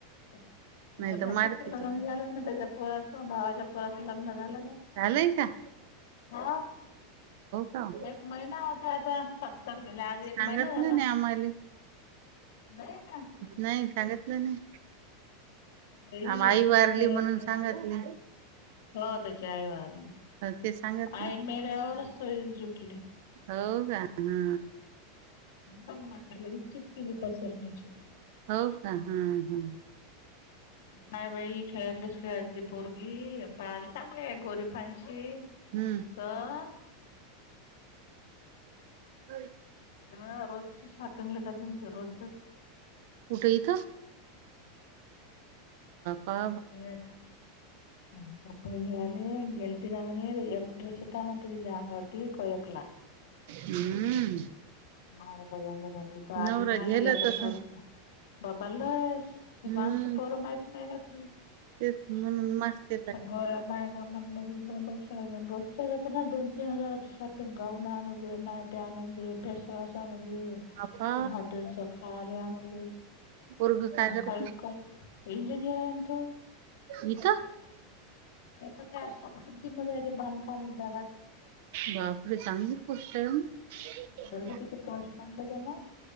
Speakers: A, on the left (about 70°); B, on the right (about 50°).
A: त्याच्या
B: नाही तर
A: भाच्याच
B: मारते
A: लगन
B: तिला
A: झालं ना त्याच्या पोराचं भावाच्या पोराचं लग्न झालं नाही.
B: लई ता.
A: हा.
B: का
A: एक महिना होतोय आता सत्तर केले आज
B: सांगितलं
A: एक महिना झाला.
B: नाही आम्हाले
A: नाहीय ना.
B: नाही सांगितलं नाही
A: बाई
B: आ आई
A: अशीच
B: वारली
A: खेड्यातली
B: म्हणून सांगतली.
A: हो त्याची आई वारली.
B: हो, ते सांगितलं
A: आई मेल्यावरच सोयर सुटली.
B: हो का हा.
A: त्याला इच्छीचं केली पसरण्याची.
B: हो का हा हा.
A: नाही बाई खेळतलीच खेळतली पोरगी पाल चांगली आहे गोरी पशी
B: हम्म
A: तर
B: ह
A: ह रोजची शॉपिंग लि का तेमती रोजजो
B: कुठे इथं बाका
A: वळत कप घे आले गेल तना मणे एकगड्रे होता म्हणते ज त कोयकला
B: हम्म
A: मझ्या घरी इथ आली
B: नवरा
A: ना आली
B: झेलत
A: याच्या
B: असं
A: घरच बाबाला आहेस हेव
B: हम्म
A: आमच पोरं माहत नाही का तुला
B: तेच म्हणून मास्तेच आहे
A: गर का म्हणलाेो रोजच्या जात ना दोन तीन हजाराची शॉपिंग गाऊन आणू दे ना ते फेसवास न
B: बापा
A: आणि हॉटेलच खाल्या न
B: पोरग
A: हो
B: करत
A: काय का इंजिनियर आहे तो
B: यथ
A: इथ ते समृद्धीमध्येध्ये बांधकाम होतगात
B: बापर संांग कत
A: घर किती पोस्ट बांधलं त्यानं